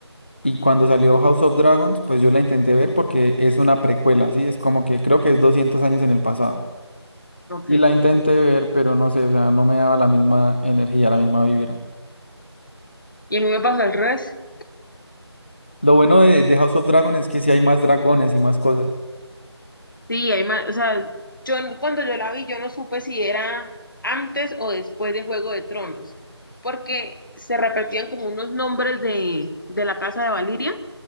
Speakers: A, on the left; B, on the left.
A: Y cuando salió House of Dragons, pues yo la intenté ver porque es una precuela, ¿sí? Es como que creo que es 200 años en el pasado.
B: ok.
A: Y la intenté ver, pero no sé, o sea, no me daba la misma energía, la misma vibra.
B: ¿Y a mí me pasó al revés?
A: Lo bueno de, de House of Dragons es que sí hay más dragones y más cosas.
B: Sí, hay más, o sea, yo cuando yo la vi, yo no supe si era antes o después de Juego de Tronos, porque se repetían como unos nombres de, de la casa de Valiria,